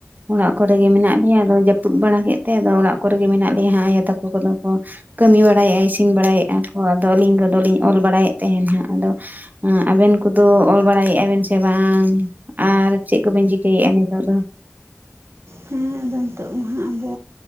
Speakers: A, on the right; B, on the right.
A: ᱚᱲᱟᱜ ᱠᱚᱨᱮᱜ ᱜᱮ ᱢᱮᱱᱟᱜ ᱞᱮᱭᱟ ᱟᱫᱚ ᱡᱟᱹᱯᱩᱫ ᱵᱟᱲᱟ ᱠᱮᱫ ᱛᱮ ᱟᱫᱚ ᱚᱲᱟᱜ ᱠᱚᱨᱮᱜ ᱜᱮ ᱢᱮᱱᱟᱜ ᱞᱮᱭᱟ ᱟᱭᱳ ᱛᱟᱠᱚ ᱠᱚᱫᱚ ᱠᱚ ᱠᱟᱹᱢᱤ ᱵᱟᱲᱟᱭᱮᱜ-ᱟᱭ ᱤᱥᱤᱱ ᱵᱟᱲᱟᱭᱮᱜᱼᱟ ᱠᱚ ᱟᱫᱚ ᱟᱹᱞᱤᱧ ᱜᱚᱫᱚᱞᱤᱧ ᱚᱞ ᱵᱟᱲᱟᱭᱮᱫ ᱛᱟᱦᱮᱱᱟᱜ ᱟᱫᱚ ᱟᱵᱮᱱ ᱠᱚᱫᱚ ᱚᱞ ᱵᱟᱲᱟᱭᱮᱜᱼᱟ ᱵᱮᱱ ᱥᱮ ᱵᱟᱝ ᱟᱨ ᱪᱮᱫ ᱠᱚᱵᱮᱱ ᱪᱤᱠᱟᱹᱭᱮᱜᱼᱟ ᱱᱤᱛᱚᱜ ᱫᱚ?
B: ᱦᱮᱸ ᱟᱫᱚ ᱱᱤᱛᱚᱜ ᱢᱟᱦᱟᱜ